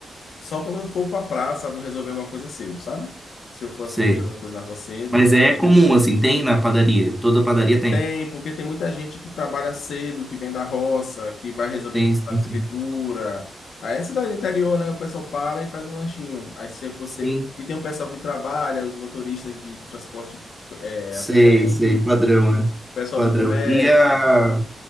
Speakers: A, on the left (about 85°); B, in the centre.
A: Só quando eu for para praça, vou resolver alguma coisa cedo, sabe? Se eu for
B: Sei.
A: assim resolver uma coisa na rua cedo,
B: Mas é comum, assim, tem na padaria. Toda padaria tem.
A: Tem, porque tem muita gente que trabalha cedo, que vem da roça, que vai resolver
B: Tem,
A: coisa
B: sim,
A: na prefeitura.
B: sim.
A: Aí é cidade interior, né? O pessoal para e faz um lanchinho. Aí se você...
B: Sim.
A: E tem o pessoal que trabalha, os motoristas de transporte é,
B: Sei,
A: alternativo,
B: sei. Padrão,
A: o
B: né?
A: pessoal
B: Padrão.
A: do comércio.
B: E a